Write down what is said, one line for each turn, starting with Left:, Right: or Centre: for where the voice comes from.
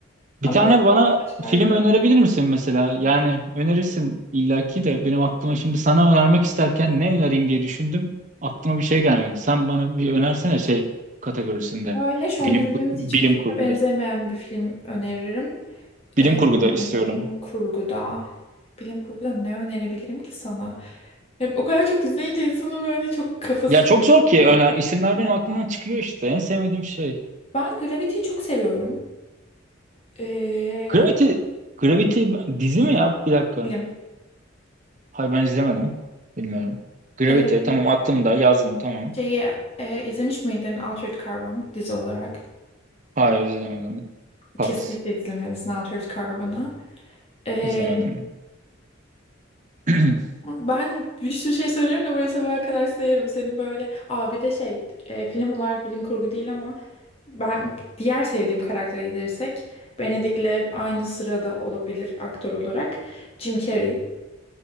Right: Bir
Left: Ama
Right: tane
Left: dizi
Right: bana
Left: farklı.
Right: film önerebilir misin mesela? Yani önerirsin illaki de benim aklıma şimdi sana önermek isterken ne önereyim diye düşündüm. Aklıma bir şey gelmedi. Sen bana bir önersene şey kategorisinde.
Left: Öyle şu
Right: Bilim
Left: an izlediğimiz
Right: bilim
Left: hiçbir filme
Right: kurguda.
Left: benzemeyen bir film öneririm.
Right: Bilim
Left: Ee,
Right: kurguda istiyorum.
Left: bilim kurguda. Bilim kurguda ne önerebilirim ki sana? Hep o kadar çok izleyince insanın böyle çok kafası
Right: Ya çok
Left: karışıyor.
Right: zor ki öner isimler benim aklımdan çıkıyor işte. En sevmediğim şey.
Left: Ben Gravity'yi çok seviyorum. Ee,
Right: Gravity, Gravity dizi mi ya? Bir dakika.
Left: bilim.
Right: Hayır ben izlemedim. Bilmiyorum. Gravity
Left: Ee,
Right: tamam aklımda yazdım tamam.
Left: şeyi e, izlemiş miydin Altered Carbon dizi olarak?
Right: Hayır izlemedim. Pas.
Left: Kesinlikle izlemelisin Altered Carbon'ı. Ee,
Right: İzlemedim. <clears throat>
Left: ben bir sürü şey söylerim de buraya sabaha kadar sayarım. Senin böyle abi de şey e, film olarak bilim kurgu değil ama Ben diğer sevdiğim karaktere gelirsek Benedict'le aynı sırada olabilir aktör olarak Jim Carrey.